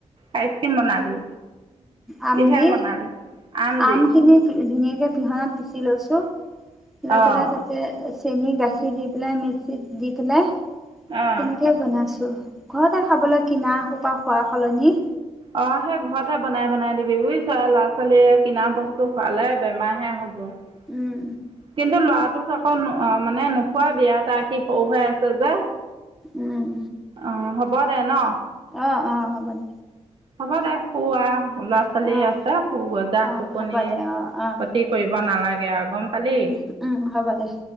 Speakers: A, on the right (about 45°); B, in the centre.
A: আ চিম মণালী
B: আম
A: কিহে
B: দি
A: বনালি? দি
B: আমখিনি ধুনীয়াকে পিহনাত পিচি লৈছো পলা
A: অঁ
B: পেলা ততে চেন গাখীৰ দি পেলাই মিক্সিত দি পেলাই তেনেকে
A: অঁ
B: বনাইছো। ঘৰতে খাবলৈ কিনা সোপা খোৱা সলনি
A: অ' সেই ঘৰতে বনাই, বনাই দিবি বুজিছ ল সফালে কিনা বস্তু টো খালে, বেমাৰ হে হ' কিন্তন্তু
B: উম,
A: লৰা তোক আকৌ, মানে নোখোৱা বিয়া এটা সি সৰু হৈ আ যে।
B: উম,
A: অঁ হ'ব দে ন।
B: অ', অ' হ'ব দ।
A: হ'ব দে। খুৱা ল'ৰা ছোৱালী
B: অ',
A: আছে, সু গৈ জা,
B: অ',
A: টোপনি
B: হ'ব দে অ', অ',
A: ক্ষতি কৰিব নালাগে আৰু গম পালি,
B: উম, উম, হ'ব দে,